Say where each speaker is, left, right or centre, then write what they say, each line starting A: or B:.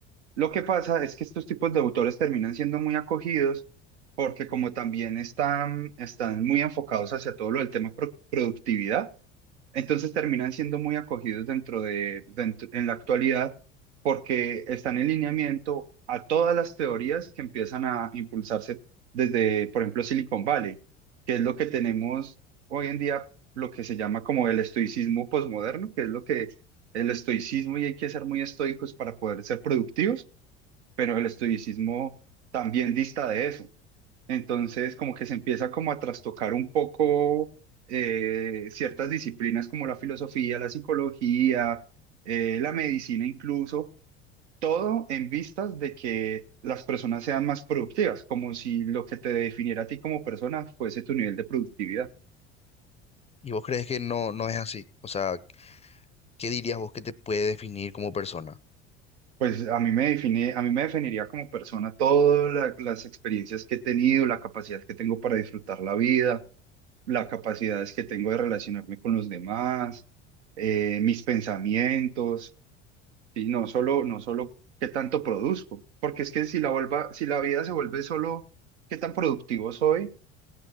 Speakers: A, on the right (about 70°); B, on the left (about 20°).
A: Lo que pasa es que estos tipos de autores terminan siendo muy acogidos porque como también están, están muy enfocados hacia todo lo del tema pro- productividad, entonces terminan siendo muy acogidos dentro de, dentro, en la actualidad porque están en lineamiento a todas las teorías que empiezan a impulsarse desde, por ejemplo, Silicon Valley, que es lo que tenemos hoy en día, lo que se llama como el estoicismo posmoderno, que es lo que el estoicismo y hay que ser muy estoicos para poder ser productivos pero el estoicismo también dista de eso. Entonces, como que se empieza como a trastocar un poco eh, ciertas disciplinas como la filosofía, la psicología, eh, la medicina incluso, todo en vistas de que las personas sean más productivas, como si lo que te definiera a ti como persona fuese tu nivel de productividad.
B: ¿Y vos crees que no, no es así? O sea, ¿qué dirías vos que te puede definir como persona?
A: Pues a mí me define, a mí me definiría como persona todas la- las experiencias que he tenido, la capacidad que tengo para disfrutar la vida las capacidades que tengo de relacionarme con los demás, eh, mis pensamientos, y no solo, no solo qué tanto produzco, porque es que si la vuelva, si la vida se vuelve solo qué tan productivo soy,